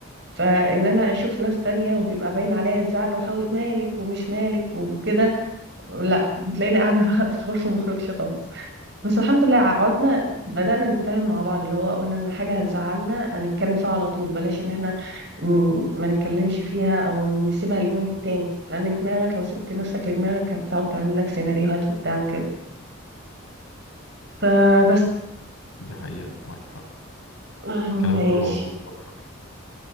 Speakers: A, on the right (about 55°); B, on the left (about 80°).
A: فان انا اشوف ناس تانية وبيبقى باين عليا الزعل وحاول مالك ومش مالك وكده لا بتلاقيني قاعدة <laughs> بقى في الغرفة مخرجش خالص بس الحمد لله قعدنا بدأنا نتفاهم مع بعض اللي هو قلنا ان حاجة هتزعلنا هنتكلم فيها على طول بلاش ان احنا ن- ما نتكلمش فيها او نسيبها اليوم التاني لان دماغك لو سبت نفسك لدماغك هتقعد تعمل لك سيناريوهات وبتاع وكده فبس
B: دي حقيقه معاك حق
A: <clears throat> آه، ماشي
B: كلامك كله مظبوط والله.